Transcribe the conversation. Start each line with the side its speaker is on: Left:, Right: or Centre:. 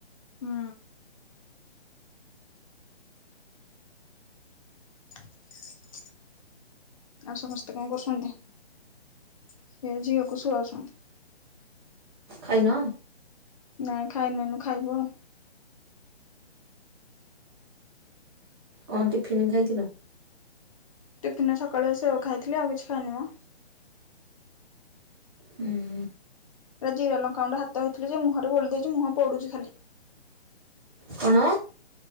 Left: ହୁଁ। <inaudible> ଆଉ ସମସ୍ତେ କଣ କରୁଛନ୍ତି ସେ ଝିଅକୁ ଶୁଆଉଛନ୍ତି।
Right: ଖାଇନ।
Left: ନାଇଁ ଖାଇନୁ ନୁ ଖାଇବୁ ଆଉ।
Right: କଣ ଟିଫିନ୍ ଦେଇଥିଲ।
Left: ଟିଫିନ ସକାଳୁ ସେଓ ଖାଇଥିଲି ଆଉ କିଛି ଖାଇନି ମ।
Right: ହୁଁ।
Left: ଆଜି ଲଙ୍କା ଗଣ୍ଡ ହାତ ହେଇଥିଲି ଯେ ମୁହରେ ବୋଳି ଦେଇଛି ମୁହଁ ପୋଡୁଛି ଖାଲି।
Right: କଣ।